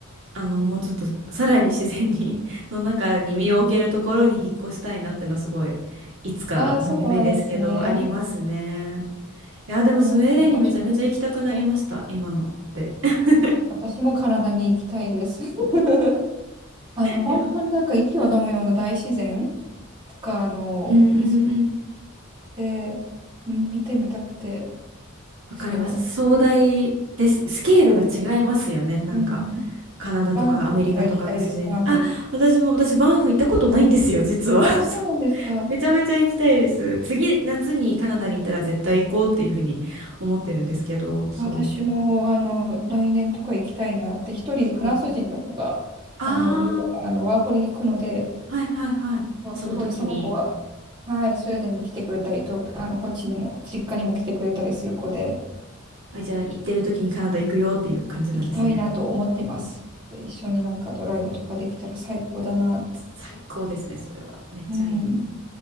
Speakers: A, on the right (about 60°); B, on the right (about 20°).
A: あのもうちょっとさらに自然に <laughs> の中に身を置けるところに引っ越したいなっていうのはすごいいつかの夢ですけどありますね。
B: ああ、そうなんですね。
A: いやでもスウェーデンにめちゃめちゃ行きたくなりました今ので。
B: でも、今の場所もそう
A: <laughs>
B: 私もカナダに行きたいです。<laughs> あの、本当になんか息を飲むような大自然
A: いや
B: とか、あの、
A: うんうんうん。
B: 水って見てみたくて、
A: わかります。
B: そう。
A: 壮大です。スケールが違いますよね。
B: そうなんです
A: なんか。
B: うん。
A: カナダとかアメリカとかの自然。
B: バンフとか行きたいです、バンフに。
A: あ、私も、私、バンフ行ったことないんですよ、実は。
B: あ、
A: <laughs>
B: そうなんですか。
A: そう。めちゃめちゃ行きたいです。次、夏にカナダに行ったら絶対行こうっていうふうに思ってるんですけど、そう。
B: 私も、あの、来年とか行きたいなって、一人フランス人の子が、
A: そう。あ
B: あの、留学あの、ワーホリ行くので、
A: あ、はいはいはい。
B: そうすごいその子は、
A: その時に、
B: はい、スウェーデンに来てくれたりと、あの、こっちにも、実家にも来てくれたりする子で、
A: あ、じゃあ行ってる時にカナダ行くよっていう感じなんですね。
B: 行きたいなと思ってます。で一緒になんかドライブとかできたら最高だなって。
A: 最高ですね、それは。めっちゃいい。
B: うん。